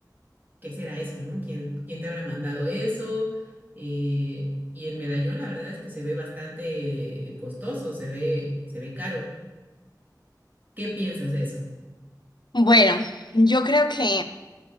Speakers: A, on the right; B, on the left.
A: ¿qué será eso, no? ¿Quién, quién te habrá mandado eso? Eh, y el medallón, la verdad es que se ve bastante eh, costoso, se ve, se ve caro. ¿Qué piensas de eso?
B: Bueno, yo creo que